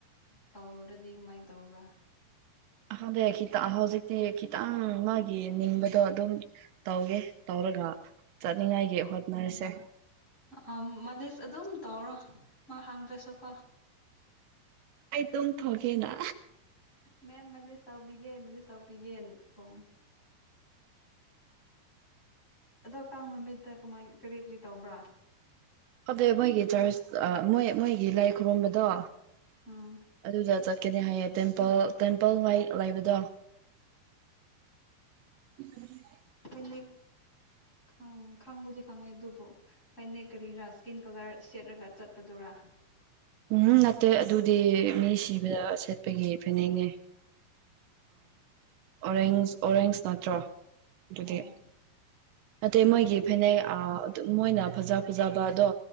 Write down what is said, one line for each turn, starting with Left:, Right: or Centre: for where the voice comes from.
Left: ꯇꯧꯔꯗꯤ ꯀꯃꯥꯏꯅ ꯇꯧꯕ꯭ꯔꯥ
Right: ꯈꯪꯗꯦ ꯈꯤꯠꯇ ꯍꯧꯖꯤꯛꯇꯤ ꯈꯤꯠ ꯈꯤꯇꯪ ꯃꯥꯒꯤ ꯅꯤꯡꯕꯗꯣ ꯑꯗꯨꯝ ꯇꯧꯋꯦ ꯇꯧꯔꯒ ꯆꯠꯅꯤꯡꯉꯥꯏꯒꯤ ꯍꯣꯠꯅꯔꯁꯦ
Left: ꯑꯥ ꯃꯥꯂꯤꯁ ꯑꯗꯨꯝ ꯇꯧꯔꯣ ꯃꯥ ꯍꯪꯗ꯭ꯔꯁꯨꯀꯣ
Right: ꯑꯩ ꯑꯗꯨꯝ ꯊꯣꯛꯀꯦꯅ
Left: ꯃꯦꯝ ꯃꯥꯂꯤꯁ ꯇꯧꯕꯤꯒꯦ ꯃꯂꯤꯁ ꯇꯧꯕꯤꯒꯦ ꯅꯀꯣ ꯍꯝ ꯑꯗꯣ ꯀꯥꯡ ꯅꯨꯃꯤꯠꯇ ꯀꯃꯥꯏ ꯀꯔꯤ ꯀꯔꯤ ꯇꯧꯕ꯭ꯔꯥ
Right: ꯑꯗꯣ ꯃꯣꯏꯒꯤ ꯆꯔꯁ ꯃꯣꯏ ꯃꯣꯏꯒꯤ ꯂꯥꯏ ꯈꯨꯔꯨꯝꯕꯗꯣ
Left: ꯎꯝ
Right: ꯑꯗꯨꯗ ꯆꯠ ꯀꯔꯤ ꯍꯥꯏꯌꯦ ꯇꯦꯝꯄꯜ ꯇꯦꯝꯄꯜ ꯋꯥꯏ ꯂꯩꯕꯗꯣ ꯎꯝ
Left: ꯀꯩꯩꯅ ꯈꯪ ꯈꯪꯕꯨꯗꯤ ꯈꯪꯉꯦ ꯑꯗꯨꯕꯨ ꯍꯥꯏꯅ ꯀꯔꯤꯔꯥ ꯏꯁꯀꯤꯟ ꯀꯂꯔ ꯁꯦꯠꯂꯒ ꯆꯠꯄꯗꯨꯔꯥ
Right: ꯎꯝ ꯅꯠꯇꯦ ꯑꯗꯨꯗꯤ ꯃꯤ ꯁꯤꯕꯗ ꯁꯦꯠꯄꯒꯤ ꯐꯅꯦꯛꯅꯦ ꯑꯣꯔꯦꯟꯖ ꯑꯣꯔꯦꯟꯖ ꯅꯠꯇ꯭ꯔꯣ ꯑꯗꯨꯗꯤ
Left: ꯑꯣ
Right: ꯅꯇꯦ ꯃꯣꯏꯒꯤ ꯐꯅꯦꯛ ꯑꯥ ꯃꯣꯏꯅ ꯐꯖ ꯐꯖꯕ ꯑꯗꯣ